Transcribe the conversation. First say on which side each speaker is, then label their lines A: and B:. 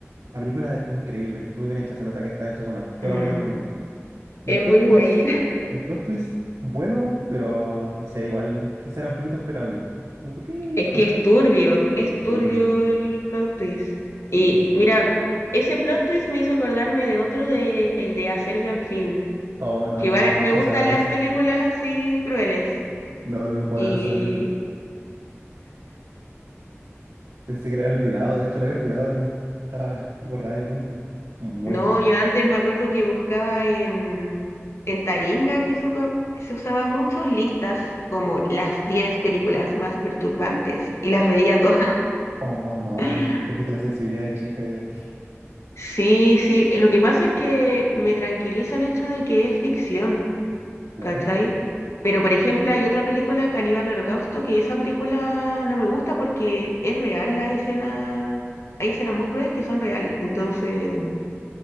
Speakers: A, on the right (about 85°); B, on the left (about 70°).
A: la película es increíble, muy bien hecha, se nota que está hecha con am- todo
B: mm.
A: el amor del mundo. Y
B: Es
A: el plot
B: muy
A: twist,
B: buena.
A: el plot twist, bueno, pero no sé, igual, quizá era un poquito esperable. Un poquito.
B: Es que es turbio, es
A: Sí, es
B: turbio
A: turbio.
B: el plot twist.
A: Sí,
B: Y
A: es.
B: mira, ese plot twist me hizo acordarme de otro de el de A Serbian Film,
A: Oh, no,
B: que
A: no,
B: igual
A: no,
B: eh, me
A: no
B: gustan
A: se habla de
B: las
A: eso.
B: películas así crueles.
A: No, no puedo
B: Y
A: hablar de esa película. Pensé que la había olvidado, de hecho la había olvidado. eh, Estaba borrada de mi mente. Muy.
B: no, yo antes me acuerdo que buscaba en en Taringa, que eso co- se usaba mucho, listas como las 10 películas más perturbantes y las veía todas.
A: Oh, no,
B: <laughs>
A: perdiste la sensibilidad de chica ya.
B: Sí, sí, lo que pasa es que me tranquiliza el hecho de que es ficción.
A: Claro.
B: ¿cachai? Pero, por ejemplo, hay otra película, Caníbal Holocausto, que esa película no me gusta porque es real las escenas, hay escenas muy crueles que son reales, entonces